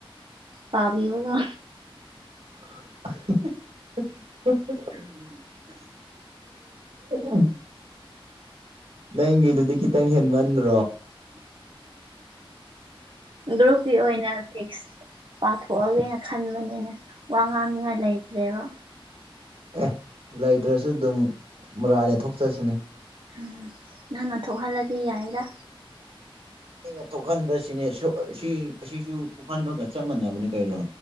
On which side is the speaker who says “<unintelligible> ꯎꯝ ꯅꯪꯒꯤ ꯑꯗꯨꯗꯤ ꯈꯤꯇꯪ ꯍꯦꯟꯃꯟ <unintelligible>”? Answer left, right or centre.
Right